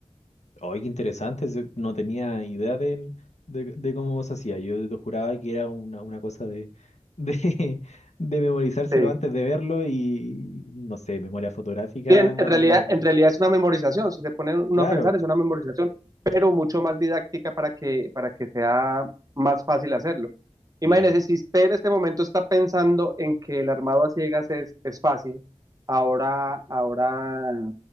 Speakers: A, on the left; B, on the right.
A: Oye, qué interesante, ese- no tenía idea del- de, de cómo se hacía. Yo te juraba que era una, una cosa de, de, <laughs> de memorizárselo
B: Este,
A: antes de verlo y, no sé, memoria fotográfica
B: bien, en
A: armarlo.
B: en realidad, en realidad es una memorización, si se pone uno
A: Claro,
B: a pensar es una memorización, pero mucho más didáctica para que, para que sea más fácil hacerlo. Imagínese,
A: miren,
B: si usted en este momento está pensando en que el armado a ciegas es, es fácil, ahora, ahora